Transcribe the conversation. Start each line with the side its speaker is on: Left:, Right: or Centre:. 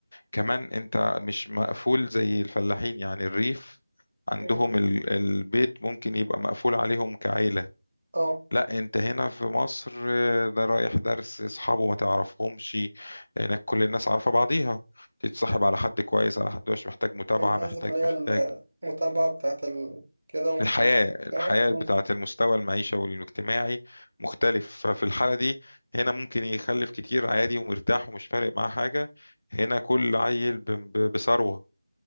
Left: كمان انت مش مقفول زي الفلاحين يعني الريف عندهم
Right: م.
Left: ال- البيت ممكن يبقى مقفول عليهم كعيلة
Right: اه
Left: لا انت هنا في مصر آه، ده رايح درس اصحابه ما تعرفهمش هناك كل الناس عارفة بعضيها تتصاحب على حد كويس على حد مش محتاج متابعة
Right: انت
Left: محتاج
Right: قصدك اللي
Left: محتاج
Right: هي المتابعة بتاعت ال... كده ومش
Left: الحياة
Right: عارف
Left: الحياة
Right: ايه م.
Left: بتاعة المستوى المعيشة والاجتماعي مختلف ففي الحالة دي هنا ممكن يخلف كتير عادي ومرتاح ومش فارق معاه حاجة هنا كل عيل ب- ب- بثروة